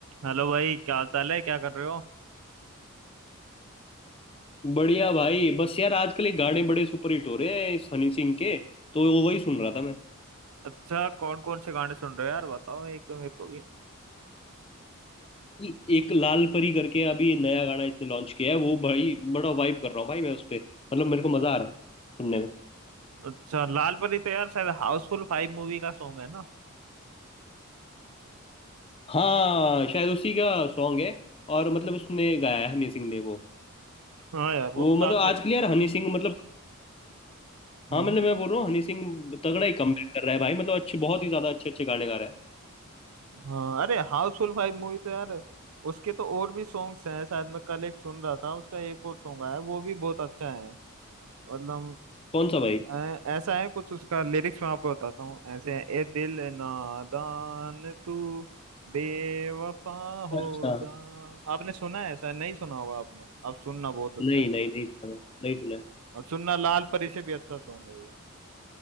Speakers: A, on the right; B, on the left.
A: Hello भाई क्या हाल चाल है क्या कर रहे हो
B: बढ़िया भाई बस यार आजकल ये गाने बड़े सुपरहिट हो रहे हैं इस हनी सिंह के तो वो वही सुन रहा था मैं
A: अच्छा कौन कौन से गाने सुन रहे हो यार बताओ एक तो मेरे को भी
B: कि एक लाल परी करके अभी नया गाना इसने लॉन्च किया है वो भाई बड़ा वाइब कर रहा हूँ भाई मैं उस पे मतलब मेरे को मजा आ रहा है सुनने में
A: अच्छा लाल परी तो यार शायद हाउसफुल फाइव मूवी का सॉन्ग है ना
B: हाँ शायद उसी का सॉन्ग है और मतलब उसने गाया है हनी सिंह ने वो
A: हाँ यार वो
B: वो
A: तो काफी
B: मतलब आजकल
A: अच्छा है
B: यार हनी सिंह मतलब
A: हाँ
B: हाँ मतलब मैं बोल रहा हूँ हनी सिंह तगड़ा ही कमबैक कर रहा है भाई मतलब अच्छे बहुत ही ज्यादा अच्छे अच्छे गाने गा रहा है
A: हाँ अरे हाउसफुल फाइव मूवी तो यार उसके तो और भी सॉन्ग्स हैं शायद मैं कल एक सुन रहा था उसका एक और सॉन्ग आया वो भी बहुत अच्छा है मतलब
B: कौन सा भाई
A: अ, ऐसा है कुछ उसका लिरिक्स मैं आपको बताता हूँ ऐसे है ए दिल नादान तू बेवफा हो
B: अच्छा
A: जा आपने सुना है ऐसा नहीं सुना होगा आपने आप सुनना बहुत अच्छा
B: नहीं
A: है
B: नहीं नहीं सुना है, नहीं सुना
A: और सुनना लाल परी से भी अच्छा सॉन्ग है ये